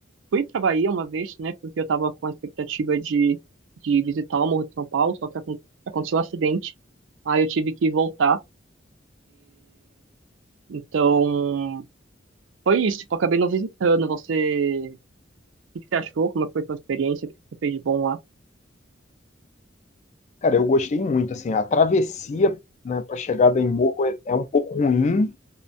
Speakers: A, on the right (about 85°); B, on the left (about 40°).
A: fui pra Bahia uma vez, né? Porque eu tava com a expectativa de, de visitar o Morro de São Paulo, só que acon- aconteceu um acidente. Aí eu tive que voltar. Então, foi isso. Tipo, eu acabei não visitando. Você, o que que você achou? Como foi a sua experiência? O que que você fez de bom lá?
B: Cara, eu gostei muito, assim, a travessia né, para chegada em Morro é, é um pouco ruim,